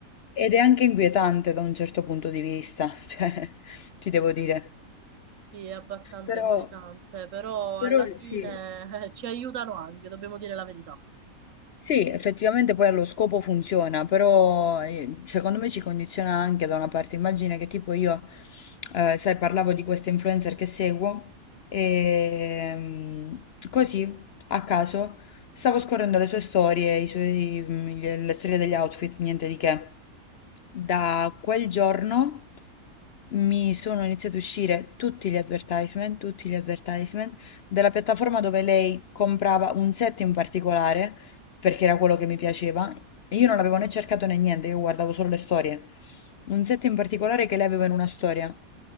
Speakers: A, on the left; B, on the right.
A: Ed è anche inquietante da un certo punto di vista, <laughs> cioè, ti devo dire.
B: Sì, è abbastanza
A: Però,
B: inquietante, però
A: però
B: alla fine
A: sì.
B: eh, ci aiutano anche, dobbiamo dire la verità.
A: Sì, effettivamente poi allo scopo funziona, però eh, secondo me ci condiziona anche da una parte. Immagina che tipo io, eh, sai, parlavo di queste influencer che seguo e mm, così, a caso, stavo scorrendo le sue storie, i suoi- mm, le le storie degli outfit, niente di che. Da quel giorno mi sono iniziati a uscire tutti gli advertisement, tutti gli advertisement della piattaforma dove lei comprava un set in particolare, perché era quello che mi piaceva, e io non l'avevo né cercato né niente, io guardavo solo le storie. Un set in particolare che lei aveva in una storia.